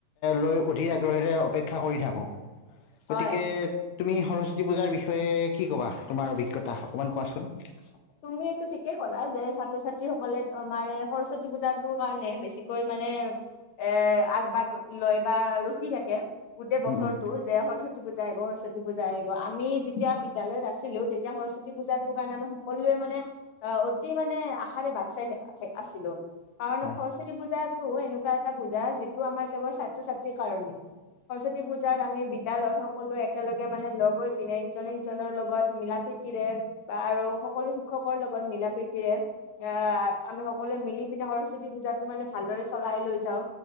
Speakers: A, on the left (about 80°); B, on the left (about 65°).
A: লৈ অধিক আগ্ৰহেৰে অপেক্ষা কৰি থাকোঁ। গতিকে
B: হয়।
A: তুমি সৰস্বতী পূজাৰ বিষয়ে কি কবা? তোমাৰ অভিজ্ঞতা অকণমান কোৱাচোন।
B: <inaudible> তুমি এইটো ঠিকেই ক'লা যে ছাত্ৰ ছাত্ৰী সকলে আমাৰে সৰস্বতী পূজাটো কাৰণে বেছিকৈ মানে এ আগভাগ লয় বা ৰখি থাকে গোটেই বছৰটো
A: উম উম
B: যে সৰস্বতী পূজা পূজা আহিব সৰস্বতী পূজা আহিব আমি যেতিয়া বিদ্যালয়ত আছিলো তেতিয়া সৰস্বতী পূজাতো কাৰণে আমি সকলোৱে মানে অ, অতি মানে আশাৰে বাট চাই আছিলো। কাৰণ
A: হয়
B: সৰস্বতী পূজাতটো এনেকুৱা এটা পূজা যিটো আমাৰ কেৱল ছাত্ৰ ছাত্ৰীৰ কাৰণে। সৰস্বতী পূজাত আমি বিদ্যালয়ত সকলোৱে একেলগে মানে লগ হৈ পিনে ইজনে সিজনৰ লগত মিলাাপ প্ৰীতিৰে বা আৰু সকলো শিক্ষকৰ লগত মিলা প্ৰীতিৰে এ আমি সকলোৱে মিলি পিনে সৰস্বতী পূজাটো মানে ভালদৰে চলাই লৈ যাওঁ।